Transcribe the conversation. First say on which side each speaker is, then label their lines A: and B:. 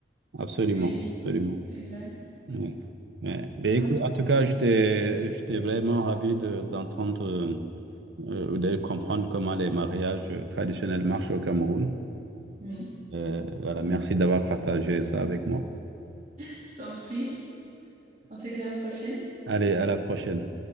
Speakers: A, on the right; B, on the right.
A: Absolument,
B: Oui,
A: absolument.
B: exact.
A: Oui. Mais, mais
B: Voilà.
A: écoute, en tout cas, j'étais j'étais vraiment ravi de- d'entendre. euh, euh, ou de comprendre comment les mariages euh, traditionnels marchent au Cameroun.
B: Oui,
A: Euh, voilà, merci d'avoir partagé ça avec moi.
B: je t'en prie. On se dit à la prochaine.
A: <laughs> Allez, à la prochaine.